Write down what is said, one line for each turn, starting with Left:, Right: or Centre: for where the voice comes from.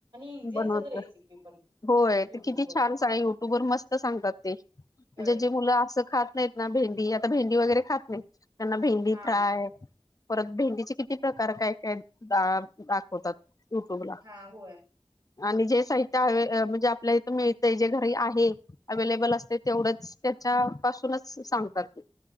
Right: इझि
Left: बनवत
Right: अस रेसिपी.
Left: होय
Right: युट्यूब
Left: तर किती
Right: वर.
Left: छान युट्यूब वर मस्त सांगतात ते. म्हणजे
Right: होय
Left: जे मुलं असं खात नाही. ना भेंडी आता भेंडी वगैरे खात नाही त्यांना भेंडी
Right: हा
Left: फ्राय. परत भेंदीचे किती प्रकार काय काय दाखवतात युट्यूबवर.
Right: ह होय.
Left: आणि जे साहित्य आहे म्हणजे आपल्याला इथं मिळतंय जे घरी आहे. अवेलेबल असते तेवढंच त्याच्या पासूनच सांगतात ते.